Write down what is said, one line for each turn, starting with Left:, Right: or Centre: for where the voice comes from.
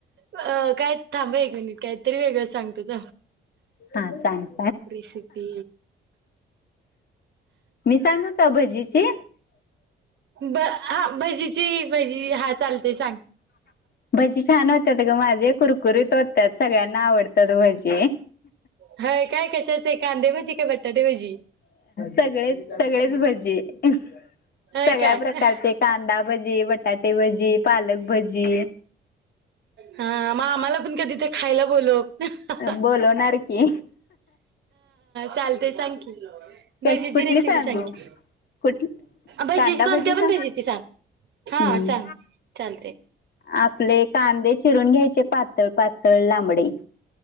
Right: अ काय थांब एक मिनिट काय तरी वेगळं सांग तोझ
Left: हा थँक.
Right: रेसिपी
Left: मी सांगू सा भजीची.
Right: ब हा भजीची भजी हा चालते सांग.
Left: हां. भजी छान होतात ग माझे कुरकुरीत होतात सगळ्यांना आवडतात भजी.
Right: हय काय कशाच आहे कांदे भजी का बटाटे भजी
Left: सगळेच सगळेच भज सगळ्या
Right: हय काय
Left: प्रकारचे कांदा भजी बटाटे भजी पालक भजी
Right: हा. म आम्हाला पण कधी ते खायला बोल हा.
Left: बोलवणार की
Right: चालते सांग की भजीची
Left: कश कुठली
Right: रेसिपी
Left: सांगू
Right: सांग की
Left: कुठली
Right: भहिजीची
Left: कांदा
Right: कोणत्या
Left: भजी सांग
Right: पण भहिजीची सांग हा
Left: हम्म.
Right: सांग चालते.
Left: आपले कांदे चिरून घ्यायचे पातळ पातळ लांबडे